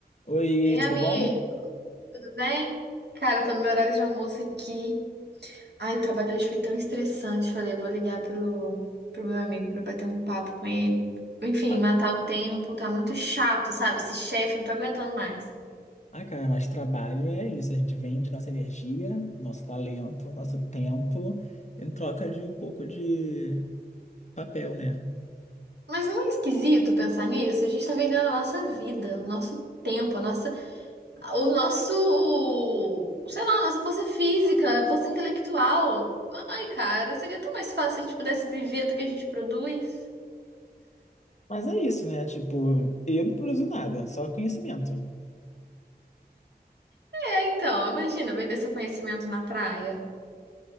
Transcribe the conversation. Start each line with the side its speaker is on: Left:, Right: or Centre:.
Left: Oi,
Right: Ei, amigo,
Left: tudo bom?
Right: tudo bem? Cara, tô no meu horário de almoço aqui. Ai, o trabalho hoje foi tão estressante. Falei, vou ligar pro, pro meu amigo pra bater um papo com ele. Enfim,
Left: Ah,
Right: matar o tempo, tá muito chato, sabe? Esse chefe, não tô aguentando mais.
Left: ah, cara, mas trabalho é isso. A gente vende nossa energia, nosso talento, nosso tempo em troca de um pouco de papel, né?
Right: Mas não é esquisito pensar nisso? A gente tá vendendo a nossa vida, o nosso tempo, a nossa, o nosso, sei lá, a nossa força física, a força intelectual. Ai, cara, seria tão mais fácil se a gente pudesse viver do que a gente produz.
Left: Mas é isso, né? Tipo, eu não produzo nada, só conhecimento.
Right: É, então, imagina vender seu conhecimento na praia.